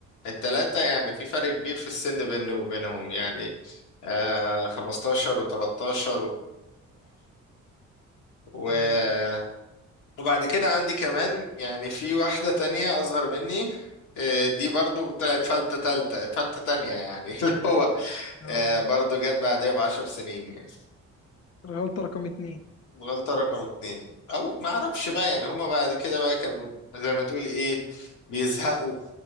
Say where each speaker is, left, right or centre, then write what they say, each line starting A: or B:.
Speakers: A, on the left; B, on the left.
A: التلاته يعني في فرق كبير في السن بيني وبينهم يعني آه 15 و13 و10
B: ايوه ايوه
A: وبعد كده عندي كمان يعني في واحدة تانية أصغر مني آه، دي برضو طلعت فلتة تالتة فلتة تانية يعني <laughs> اللي هو
B: اه
A: آه، برضو جت بعدها بعشر سنين يعني
B: الغلطة رقم اتنين
A: فالغلطة رقم اتنين أو ما أعرفش بقى يعني هما بعد كده بقى كانوا زي ما تقول إيه بيزهقوا